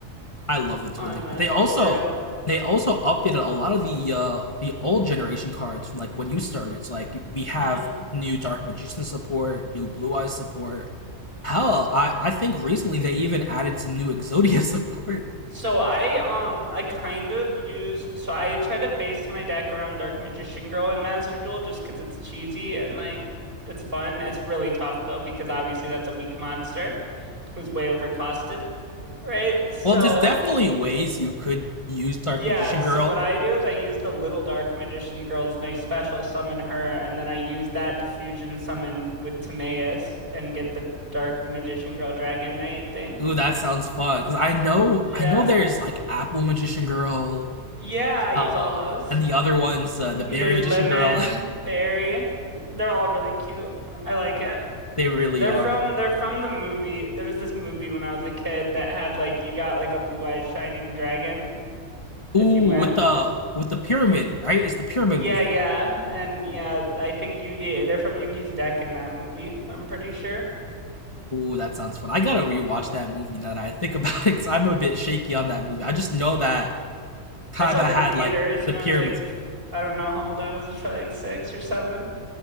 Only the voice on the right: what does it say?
on
the
tutorial.
hmm
So I um I kind of use so I try to base my deck around Dark Magician Girl and Master Duel just because it's cheesy and like it's fun. It's really tough though because obviously that's a weak monster who's way overcosted, right? So
yeah,
so
what I do is I use the little Dark Magician Girl's nice special summon her, and then I use that to fusion summon with Timaeus and get the Dark Magician Girl Dragon Knight thing.
Yeah.
Yeah, I use
all those.
Mm,
mhm,
There's
lemon,
berry. They're all really cute. I like it.
They're
from they're from the movie. There was this movie when I was a kid that had like you got like a blue-eyed shining dragon if
you went.
Yeah,
yeah. And yeah, I think Yugi they're from Yugi's deck in that movie. I'm pretty sure.
I saw it
in theaters
and
I was like I don't know how old I was. It was probably like six or seven.